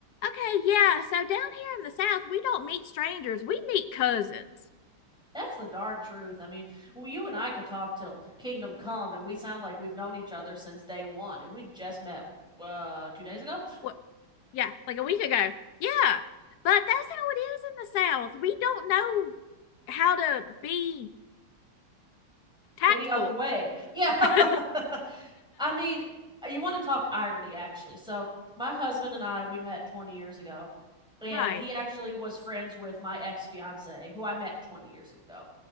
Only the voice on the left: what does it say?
Okay, yeah. So down here in the South, we don't meet strangers. We meet cousins.
What? Yeah, like a week ago. Yeah. But that's how it is in the South. We don't know how to be tactful.
<laughs>
right.